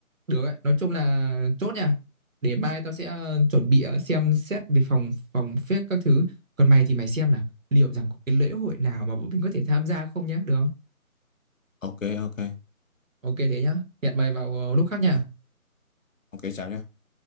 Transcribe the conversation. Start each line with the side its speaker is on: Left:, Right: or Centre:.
Right: được đấy. Nói chung là chốt nha. Để mai tao sẽ ờ, chuẩn bị ờ, xem xét về phòng phòng phép các thứ. Còn mày thì mày xem là liệu rằng có cái lễ hội nào mà bọn mình có thể tham gia không nhá, được không?
Left: ok ok
Right: Ok thế nhá. Hẹn mày vào ờ, lúc khác nha.
Left: Rồi, ok chào nhé